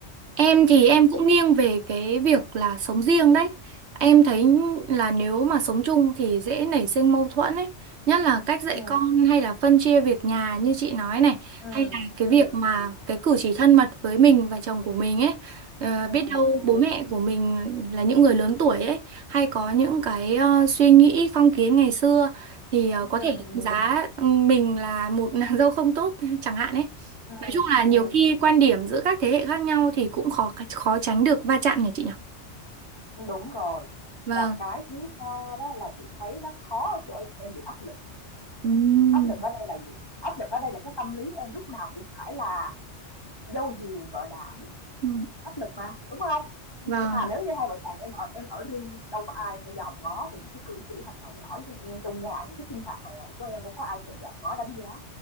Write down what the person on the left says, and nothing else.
ừm,
ừm,
ừm,
ừm,
ừm.
ừ
ừ
ừ
ừ
ừm,
ừm,
đúng rồi.
Và cái thứ ba đó là chị thấy nó khó ở chỗ là em bị áp lực.
Áp lực ở đây là gì? Áp lực ở đây là cái tâm lý em lúc nào cũng phải là dâu hiền vợ đảm,
áp lực mà, đúng không?
Thì thà nếu như hai vợ chồng em ở em ở riêng đi, đâu có ai phải dòm ngó về những cái cử chỉ hành động nhỏ như, như trong nhà, những cái sinh hoạt hàng ngày của em đâu có ai thèm dòm ngó đánh giá.